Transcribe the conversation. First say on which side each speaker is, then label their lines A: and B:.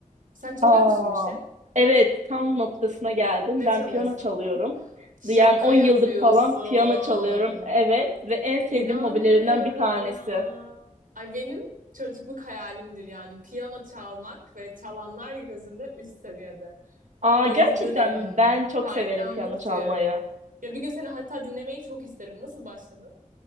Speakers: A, on the right; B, on the right.
A: Sen çalıyor
B: Aa,
A: musun bir şey?
B: evet tam noktasına geldin.
A: Ne
B: Ben
A: çalıyorsun?
B: piyano çalıyorum.
A: Şaka
B: Yani 10
A: yapıyorsun.
B: yıldır falan piyano çalıyorum. Evet ve en sevdiğim
A: İnanmıyorum
B: hobilerimden bir tanesi.
A: ya. Ay benim çocukluk hayalimdir yani piyano çalmak ve çalanlar gözümde üst seviyede.
B: Aa
A: Bayılırım,
B: gerçekten mi? Ben çok
A: hayranlık
B: severim piyano çalmayı.
A: duyarım. Ya bir gün seni hatta dinlemeyi çok isterim. Nasıl başladın?